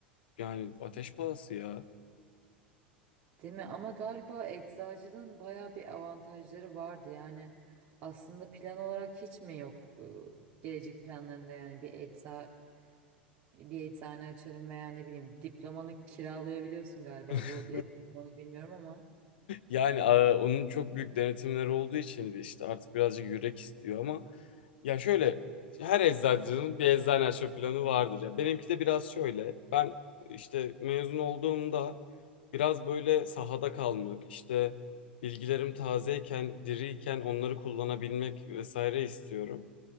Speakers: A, on the left (about 70°); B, on the right (about 45°).
A: yani ateş pahası ya.
B: Değil mi? Ama galiba eczacılığın bayağı bir avantajları vardı. Yani aslında plan olarak hiç mi yok e, gelecek planlarında yani bir ecza bir eczane açarım veya ne bileyim diplomanı kiralayabiliyorsun galiba
A: <laughs>
B: bu lab- onu bilmiyorum ama.
A: Yani a, onun çok büyük denetimleri olduğu için işte artık birazcık yürek istiyor ama ya şöyle
B: Hı
A: her eczacının bir eczane açma planı vardır ya. Benimki de biraz şöyle. Ben işte mezun olduğumda biraz böyle sahada kalmak, işte bilgilerim tazeyken, diriyken onları kullanabilmek vesaire istiyorum.